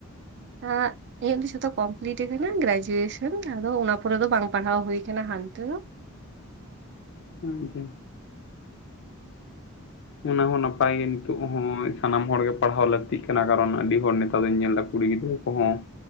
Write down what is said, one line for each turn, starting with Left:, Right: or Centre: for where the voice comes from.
Right: ᱦᱮᱸᱜ ᱤᱧᱟᱹᱜ ᱫᱚ ᱡᱷᱚᱛᱚ ᱠᱚᱢᱯᱤᱞᱤᱴ ᱟᱠᱟᱱᱟ ᱜᱨᱮᱡᱩᱭᱮᱥᱚᱱ ᱟᱫᱚ ᱚᱱᱟ ᱯᱚᱨᱮ ᱫᱚ ᱵᱟᱝ ᱯᱟᱲᱦᱟᱣ ᱦᱩᱭ ᱟᱠᱟᱱᱟ ᱦᱟᱱᱛᱮ ᱫᱚ
Left: <unintelligible> ᱚᱱᱟ ᱦᱚᱸ ᱱᱟᱯᱟᱭ ᱜᱮ ᱱᱤᱛᱚᱜ ᱦᱚᱸ ᱥᱟᱱᱟᱢ ᱦᱚᱲᱜᱮ ᱯᱟᱲᱦᱟᱣ ᱞᱟᱹᱠᱛᱤᱜ ᱠᱟᱱᱟ ᱠᱟᱨᱚᱱ ᱟᱹᱰᱤ ᱦᱚᱲ ᱱᱮᱛᱟᱨ ᱫᱚᱧ ᱧᱮᱞᱫᱟ ᱠᱩᱲᱤ ᱜᱤᱫᱽᱨᱟᱹ ᱠᱚ ᱦᱚᱸ